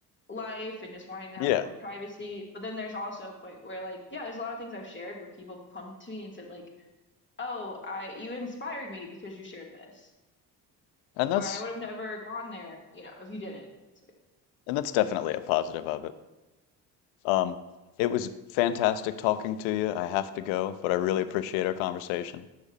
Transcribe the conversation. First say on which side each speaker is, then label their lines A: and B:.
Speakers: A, on the left (about 25°); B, on the left (about 70°).
A: life and just wanting to
B: Yeah.
A: have my own privacy. But then there's also a point where like, yeah, there's a lot of things I've shared where people come to me and said like, "Oh, I you inspired me because you shared this."
B: And that's
A: Or I would have never gone there, you know, if you didn't. So
B: and that's definitely a positive of it. Um, it was fantastic talking to you. I have to go, but I really appreciate our conversation.